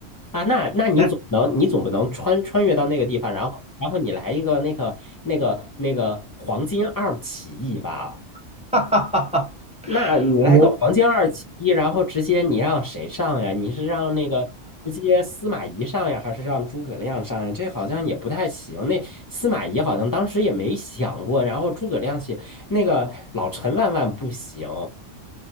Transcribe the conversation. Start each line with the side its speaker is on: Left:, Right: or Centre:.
Left: 啊，那那你总不能你总不能穿穿越到那个地方，
Centre: 但
Left: 然后然后你来一个那个那个那个黄金二起义吧？
Centre: <laughs> 哈哈哈哈，
Left: 那你来个黄金二起义，
Centre: 我
Left: 然后直接你让谁上呀？你是让那个直接司马懿上呀，还是让诸葛亮上呀？这好像也不太行。那司马懿好像当时也没想过，然后诸葛亮写那个老陈万万不行。